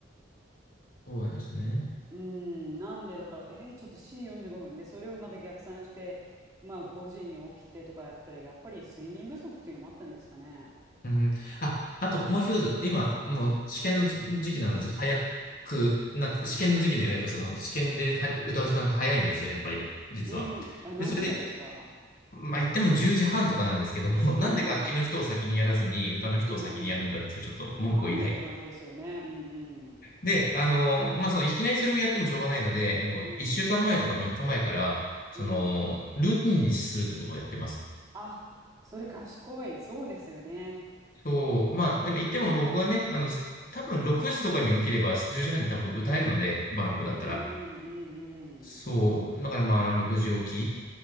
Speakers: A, on the left; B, on the right.
A: そうなんですね。
B: うーんなんでだからえー、ちょっと7時45分でそれをまた逆算してまあ5時に起きてとかやったらやっぱり睡眠不足っていうのもあったんですかね。
A: うん。あ、あともう一つ、今、もう試験の時期なので、ちょっと早くな、試験の時期では、やっぱその試験では歌う時間が早いんですよ、やっぱり、実は。
B: うんあ何時ぐらいですか
A: で、それで、まあ言っても10時半とかなんですけども、<laughs> なんで楽器の人を先にやらずに、
B: はいはい。
A: 歌の人を先にやるんだっていう、
B: うん
A: ちょっと文句を言いたい。
B: うん。なんでって感じですよね。うんうん。
A: で、あの、まあその、いきなりそれをやってもしょうがないので、もう1週間前とか3日前から、
B: うん
A: その、
B: うん。
A: ルーティンにするってことをやってます。
B: あそれ賢いそうですよね。
A: そう、まあ、でも言っても、まあ僕はね、あの、多分6時とかに起きれば10時半に多分歌えるので、バロックだったら。
B: うんうんうんうん。
A: そう、だからまあ、6時起き。